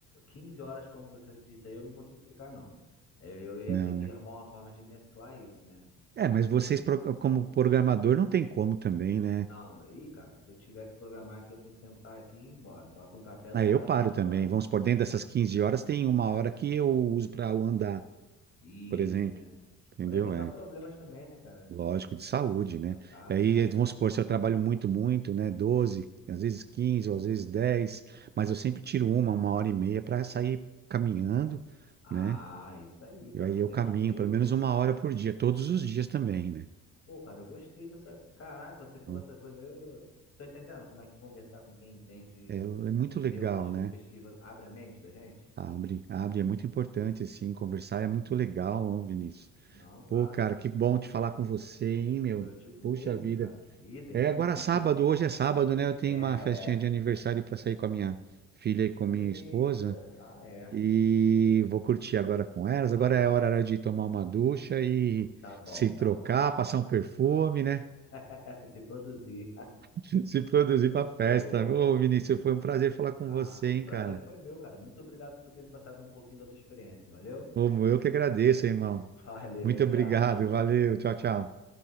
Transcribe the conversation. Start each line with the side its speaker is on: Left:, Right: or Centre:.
Left: 15 horas, como você disse aí, eu não consigo ficar, não. É, Eu, eu ia
Right: Não,
Left: ter que
Right: né?
Left: arrumar uma forma de mesclar isso, né?
Right: É, mas vocês, pro- como programador, não tem como também, né?
Left: Não, e cara, se eu tiver que programar aqui, eu tenho que sentar aqui e ir embora. Bota um café do
Right: Aí
Left: lado
Right: eu paro
Left: e vai embora.
Right: também. Vamos por dentro dessas 15 horas tem uma hora que eu uso para andar,
Left: Isso,
Right: por exemplo.
Left: né?
Right: Entendeu?
Left: Pra evitar
Right: É
Left: problemas também, né, cara? De
Right: lógico, de saúde,
Left: de ficar muito
Right: né?
Left: sentado,
Right: Aí
Left: é.
Right: eh, vamos supor, se eu trabalho muito, muito, né? 12, às vezes 15, ou às vezes 10, mas eu sempre tiro uma, uma hora e meia para sair caminhando,
Left: Ah,
Right: né?
Left: isso aí, pra
Right: E aí
Left: poder
Right: eu caminho
Left: manter
Right: pelo
Left: o,
Right: menos uma hora por dia, todos os dias também, né?
Left: Pô, cara, eu gostei dessa. Caraca, você falou
Right: Então,
Left: essa coisa, eu tô entendendo como é que conversar com quem entende
Right: É, é muito
Left: e ver
Right: legal,
Left: outras perspectivas
Right: né?
Left: abre a mente da gente?
Right: Abre, abre, é muito importante, assim, conversar é muito legal, Vinícius.
Left: Não, claro,
Right: Pô, cara,
Left: pô.
Right: que bom te falar com você, hein, meu?
Left: Pô, eu digo
Right: Puxa
Left: mesmo,
Right: vida.
Left: cara. Idem.
Right: É agora
Left: <laughs>
Right: é sábado, hoje é sábado, né? Eu tenho
Left: É,
Right: uma festinha de
Left: é.
Right: aniversário para sair com a minha filha e com minha
Left: Eita,
Right: esposa.
Left: ah, é.
Right: E vou curtir agora com elas.
Left: Não,
Right: Agora é hora de tomar uma ducha e
Left: tá bom,
Right: se
Left: tá
Right: trocar,
Left: bom.
Right: passar um perfume, né?
Left: <laughs> Se produzir.
Right: <laughs> Se produzir para
Left: Pô,
Right: festa. Ô, Vinícius, foi um prazer falar com
Left: ah,
Right: você,
Left: o
Right: hein,
Left: prazer
Right: cara?
Left: foi meu, cara. Muito obrigado por ter me passado um pouquinho da tua experiência. Valeu?
Right: Ô, eu que agradeço, irmão.
Left: <laughs> Valeu,
Right: Muito
Left: tchau.
Right: obrigado, valeu, tchau, tchau.